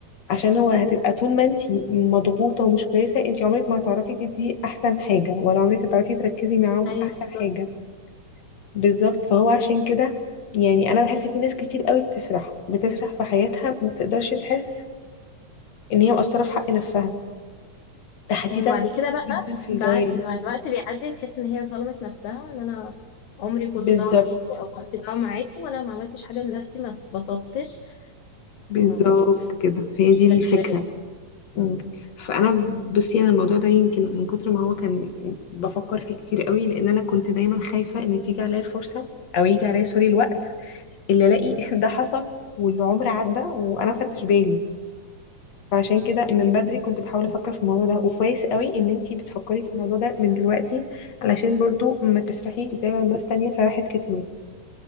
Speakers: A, on the left; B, on the left.
A: عشان هو هتبقى طول ما انت مضغوطة ومش كويسة انت عمرك ما هتعرفي تدي احسن حاجة ولا عمرك هتعرفي تركزي معاهم
B: ايوه
A: احسن
B: بالظبط
A: حاجة بالظبط فهو عشان كده يعني انا بحس في ناس كتير قوي بتسرح بتسرح في حياتها ما بتقدرش تحس ان هي مقصره في حق نفسها تحديدا
B: ايوه بعد كده بقى
A: جدا في
B: بعد
A: الجواز
B: ما الوقت بيعدي بتحس ان هي ظلمت نفسها ان انا عمري
A: بالظبط
B: كله ضاع عليكم او وقتي ضاع معاكم وانا ما عملتش حاجه لنفسي ما اتبسطتش
A: بالظبط
B: ف-
A: كده هي
B: مشكله
A: دي الفكرة
B: كبيره جدا
A: مم. فانا بصي انا الموضوع ده يمكن من كتر ما هو كان بفكر فيه كتير قوي لان انا كنت دايما خايفه ان تيجي عليا الفرصه او يجي عليا سوري الوقت اللي الاقي <laughs> ده حصل والعمر عدى وانا ما خدتش بالي فعشان كده من بدري كنت بحاول افكر في الموضوع ده وكويس قوي ان انتي بتفكري في الموضوع ده من دلوقتي علشان برضو ما تسرحيش زي ما الناس تانية سرحت كتير